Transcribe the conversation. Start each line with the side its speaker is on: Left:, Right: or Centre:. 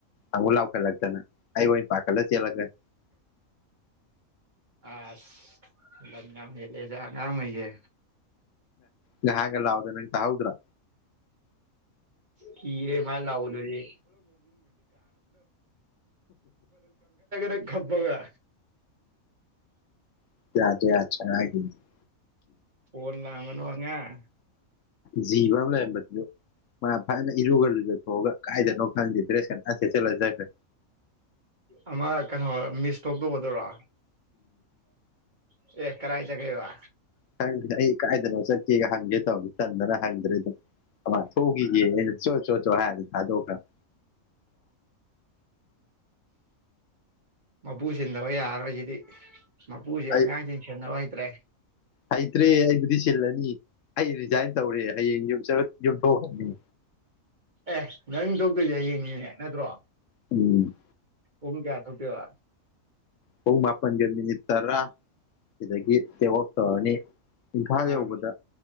Left: ꯑꯃꯨꯛ ꯂꯥꯎꯈꯠꯂꯛꯇꯅ ꯑꯩ ꯑꯣꯏ ꯄꯥꯈꯠꯂ ꯆꯦꯟꯂꯛꯀꯅꯤ
Right: ꯑꯁ ꯂꯝ ꯌꯝ ꯍꯦꯜꯂꯦꯗ ꯑꯉꯥꯝꯒꯩꯖꯦ
Left: ꯅꯍꯥꯒ ꯂꯥꯎꯗ ꯅꯪ ꯇꯥꯍꯧꯗ꯭ꯔꯥ
Right: ꯀꯤꯔꯦ ꯃꯥ ꯂꯥꯎꯗꯔꯤꯌꯦ <unintelligible> <unintelligible> ꯈꯞꯄꯒ
Left: ꯥ <unintelligible>
Right: ꯐꯣꯟ ꯂꯥꯝꯒꯅꯨ ꯑꯉꯥꯡ
Left: ꯖꯤꯕ ꯑꯃ ꯂꯩꯔꯝꯕꯗꯨ ꯃꯥ ꯐꯖꯅ ꯏꯔꯨꯒꯂꯨ ꯂꯨꯖꯊꯣꯛꯑꯒ ꯀꯥꯏꯗꯅꯣ ꯈꯪꯗꯦ ꯗ꯭ꯔꯦꯁꯀ ꯅꯥꯟ ꯥꯁꯦꯠꯆꯜꯂꯥ ꯆꯠꯈꯦ
Right: ꯑꯃ ꯀꯩꯅꯣ ꯃꯤꯁꯇꯣꯞ ꯇꯧꯒꯗꯣꯏꯔꯣ ꯁꯦ ꯑꯦ ꯀꯔꯥꯏ ꯆꯠꯈꯤꯕ
Left: ꯈꯪꯗꯦꯗ ꯑꯩ ꯀꯥꯏꯗꯅꯣ ꯆꯠꯀꯦꯒ ꯍꯪꯒꯦ ꯇꯧꯔꯝꯕꯅꯦ ꯇꯟꯗꯅ ꯍꯪꯗ꯭ꯔꯦ ꯗꯨꯝ ꯑꯃꯥ ꯊꯣꯛꯎꯒꯤꯒꯦꯌꯦ ꯑꯩꯅ ꯆꯣ ꯆꯣ ꯆꯣ ꯍꯥꯏꯔ ꯑꯗꯨꯝ ꯊꯥꯗꯣꯛꯈ꯭ꯔꯝꯅꯦ
Right: ꯃꯥꯄꯨ ꯁꯤꯟꯗꯕ ꯌꯥꯔꯔꯣꯏ ꯖꯤꯗꯤ ꯃꯥꯄꯨꯖꯤ
Left: ꯑꯩ
Right: ꯑꯉꯥꯡ ꯖꯤꯡ ꯁꯦꯅꯕ ꯍꯩ ꯇ꯭ꯔꯦ
Left: ꯍꯩꯇ꯭ꯔꯦ ꯑꯩꯕꯨꯗꯤ ꯁꯤꯜꯂꯅꯤ ꯑꯩ ꯔꯤꯖꯥꯏꯟ ꯇꯧꯔꯦ ꯍꯌꯦꯡ ꯌꯨꯝꯆꯠ ꯌꯨꯝꯊꯣꯛꯈꯔꯥꯅꯤ
Right: ꯑꯦ ꯅꯪ ꯊꯣꯛꯇꯣꯏꯖꯦ ꯍꯌꯦꯡꯅꯤꯅꯦ ꯅꯠꯇ꯭ꯔꯣ
Left: ꯎꯝ
Right: ꯄꯨꯡ ꯀꯌꯥ ꯊꯣꯛꯇꯣꯏꯕ
Left: ꯄꯨꯡ ꯃꯥꯄꯟꯒ ꯃꯤꯅꯤꯠ ꯇꯔꯥ ꯁꯤꯗꯒꯤ ꯇꯦꯛ ꯑꯣꯞ ꯇꯧꯔꯅꯤ ꯏꯝꯐꯥꯜ
Right: ꯑꯥ
Left: ꯌꯧꯕꯗ